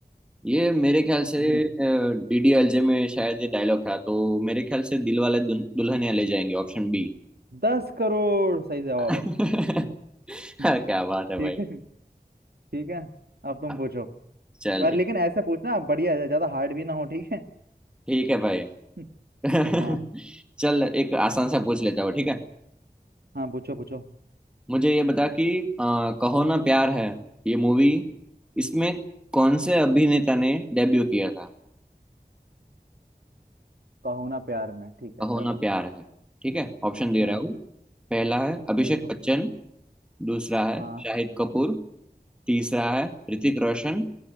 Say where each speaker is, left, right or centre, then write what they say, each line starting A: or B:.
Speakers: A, in the centre; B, on the right (about 75°).
A: ये मेरे ख्याल से
B: जी
A: डीडीएलजे में शायद ये डायलॉग था तो मेरे ख्याल से दिल वाले दुल- दुल्हनिया ले जाएंगे ऑप्शन बी
B: दस करोड़ सही जवाब
A: <laughs>
B: है <laughs>
A: क्या बात है
B: ठीक
A: भाई
B: है ठीक है अब तुम
A: हाँ,
B: पूछो
A: चल
B: और
A: ठीक
B: लेकिन ऐसे पूछना बढ़िया है ज्यादा हार्ड भी ना हो ठीक है
A: ठीक है भाई
B: <laughs>
A: <laughs>
B: हाँ
A: चल एक आसान सा पूछ लेता हूँ ठीक है
B: हाँ पूछो पूछो
A: मुझे ये बता कि अ, कहो ना प्यार है ये मूवी इसमें कौन से अभिनेता ने डेब्यू किया था
B: कहो ना प्यार में ठीक है
A: कहो
B: चलो
A: ना प्यार है ठीक है ऑप्शन दे
B: हाँ
A: रहा हूँ पहला है अभिषेक
B: दे दो
A: बच्चन दूसरा है
B: हाँ
A: शाहिद कपूर तीसरा है ऋतिक रोशन